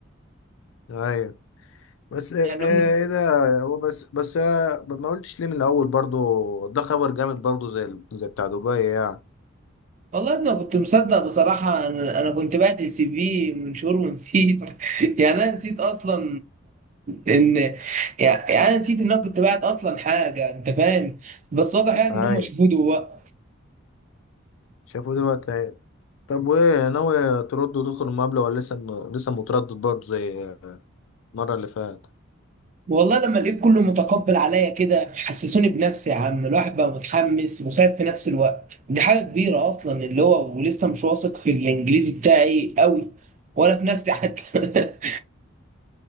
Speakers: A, on the left; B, on the right.
A: ايوه بس ايه
B: يعني هم
A: إيه ده هو بس بس آه، ما قلتش ليه من الاول برضو ده خبر جامد برضو زي ال- زي بتاع دبي يعني
B: والله انا كنت مصدق بصراحه انا أنا كنت بعت سي في من شهور ونسيت <laughs> يعني انا نسيت اصلا ان يعني انا نسيت ان انا كنت بعت اصلا حاجه انت فاهم بس واضح يعني ان
A: ايوه
B: هم شافوه دلوقتي
A: شافوه دلوقتي اهي طب وايه ناوي ترد وتدخل المقابله ولا لسه م- لسه متردد برضو زي المره اللي فاتت
B: والله لما لقيت كله متقبل عليا كده حسسوني بنفسي يا عم الواحد بقى متحمس وخايف في نفس الوقت دي حاجه كبيره اصلا اللي هو ولسه مش واثق في الانجليزي بتاعي قوي ولا في نفسي حتى <laughs>